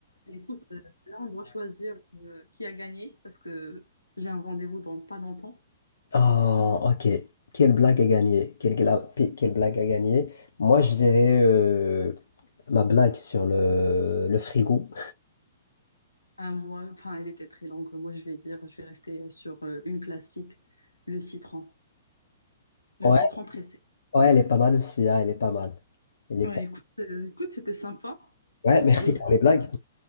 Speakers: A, on the left; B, on the left.
A: Écoute, euh, là, on doit choisir euh, qui a gagné parce que j'ai un rendez-vous dans pas longtemps.
B: Ah, ok. Quelle blague a gagné? Quelle, gla- pi- quelle blague a gagné? Moi, je dirais euh, ma blague sur le, le frigo.
A: Un mois, enfin, elle était très longue. Moi, je vais dire, je vais rester sur euh, une classique, le citron. Le
B: Ouais,
A: citron pressé.
B: ouais, elle est pas mal aussi, hein, elle est pas mal. Elle
A: Ouais,
B: est pas...
A: écoute, euh, écoute, c'était sympa.
B: Ouais, merci
A: Et
B: pour les blagues.